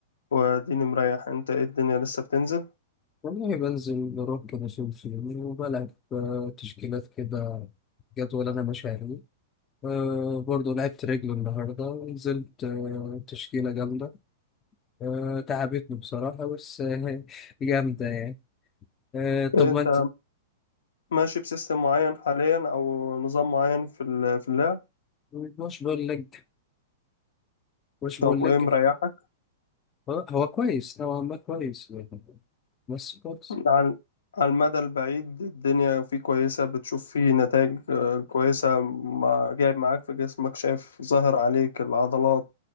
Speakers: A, on the left; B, on the left.
A: واديني مريح انت ايه الدنيا لسه بتنزل
B: والله بنزل بروح كده فين فين وبلعب آه، تشكيلات كده جدول انا ماشي عليه أه برضه لعبت رجل النهارده ونزلت أه تشكيلة جامدة أه تعبتني بصراحة بس <laughs> آه، جامدة يعني أه طب
A: إيه انت
B: ما انت
A: ماشي بسيستم معين حاليا او نظام معين في ال- في اللعب
B: مش بقول لك مش بقول
A: طب وايه
B: لك
A: مريحك
B: هو هو كويس نوعا ما كويس بس كويس
A: على على المدى البعيد الدنيا فيه كويسة بتشوف فيه نتائج آه، كويسة ما جايب معاك في جسمك شايف ظاهر عليك العضلات